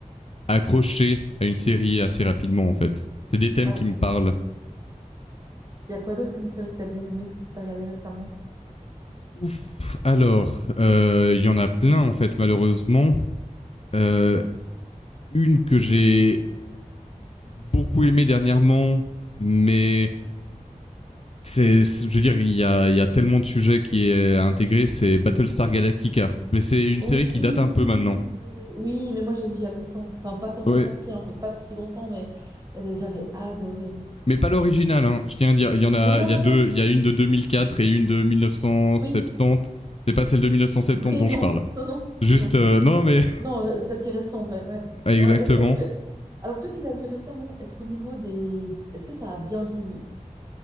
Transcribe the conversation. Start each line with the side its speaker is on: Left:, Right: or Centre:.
Left: accrocher à une série assez rapidement en fait. C'est des thèmes
Right: ouais.
Left: qui me parlent.
Right: Il y a quoi d'autre comme série que t'as bien aimée, que t'as regardée récemment?
Left: Ouf, alors, euh, il euh, y en a plein en fait malheureusement. Euh, une que j'ai beaucoup aimée dernièrement, mais c'est, je veux dire, il y a, il y a tellement de sujets qui est intégré, c'est Battlestar Galactica. Mais c'est une
Right: Oh
Left: série qui
Right: oui,
Left: date un peu
Right: oui, oui,
Left: maintenant.
Right: oui, oui, oui, oui. Oui, mais moi j'ai vu il y a longtemps. Enfin, pas quand c'est
Left: Ouais,
Right: sorti, un peu pas si longtemps, mais elle est- j'avais adoré.
Left: Mais pas l'original, hein. je tiens à dire. Il y en a,
Right: Non, non,
Left: il y
Right: non,
Left: a deux.
Right: non.
Left: Il y a une de 2004 et une de 1970.
Right: Oui,
Left: C'est pas celle de 1970
Right: <laughs> oui,
Left: dont
Right: non,
Left: je parle.
Right: non, non,
Left: Juste,
Right: non plus.
Left: euh, non, non, mais
Right: Non, euh, celle qui est récente, ouais, ouais.
Left: <laughs> exactement.
Right: Non, est-ce, est-ce que, alors toi qui l'as vu récemment, est-ce qu'au niveau des, est-ce que ça a bien vieilli?